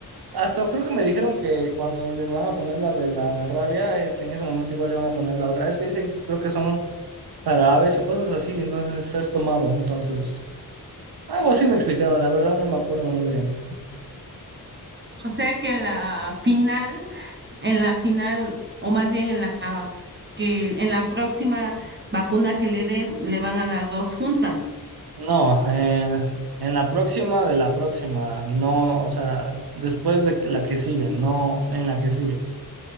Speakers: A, on the right; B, on the right.
A: Hasta creo que me dijeron que cuando le van a poner la de la rabia, es en ese momento igual le van a poner la otra. Es que dicen que creo que son para aves o cosas así, entonces es tomado, entonces. Algo así me explicaron, la verdad no me acuerdo muy bien.
B: O sea que en la final, en la final, o más bien en la que en la próxima vacuna que le den, le van a dar dos juntas.
A: No, eh, en la próxima de la próxima, no, o sea, después de que- la que sigue, no en la que sigue.